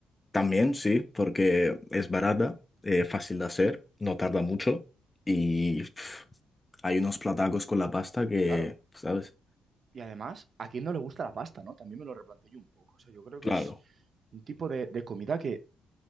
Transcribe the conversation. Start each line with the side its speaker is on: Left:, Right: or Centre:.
Left: También, sí, porque es barata, eh, fácil de hacer, no tarda
Right: Sí.
Left: mucho y pf, hay unos platacos con la pasta que,
Right: Claro,
Left: ¿sabes?
Right: y además, ¿a quién no le gusta la pasta, no? También me lo replanteé yo un poco. O sea, yo creo que
Left: Claro,
Right: es un tipo de, de comida que